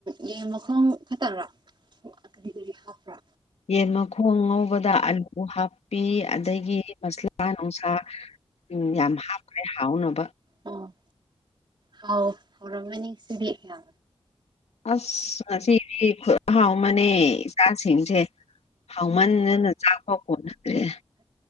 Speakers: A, on the right (about 50°); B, on the left (about 85°).
A: ꯌꯦꯟ ꯃꯈꯣꯡ ꯈꯛꯇꯕ꯭ꯔꯥ ꯑꯣ ꯑꯗꯨꯗꯤ ꯀꯔꯤ ꯍꯥꯞꯄ꯭ꯔꯥ
B: ꯌꯦꯟ ꯃꯈꯣꯡ ꯉꯧꯕꯗ ꯑꯂꯨ ꯍꯥꯞꯄꯤ ꯑꯗꯒꯤ ꯃꯁꯂꯥ ꯅꯨꯡꯁꯥ ꯎꯝ ꯌꯥꯝ ꯍꯥꯎꯈ꯭ꯔꯦ ꯍꯥꯎꯅꯕ
A: ꯑꯣ ꯍꯥꯎ ꯍꯔꯃꯦꯅꯤ ꯁꯤꯔꯤ ꯌꯥ
B: ꯑꯁ ꯉꯁꯤꯗꯤ ꯍꯥꯎ ꯃꯅꯦ ꯏꯆꯥꯁꯤꯡꯁꯦ ꯍꯥꯎꯃꯟꯅꯅ ꯆꯥꯛꯄ ꯈꯣꯠꯅꯗ꯭ꯔꯦ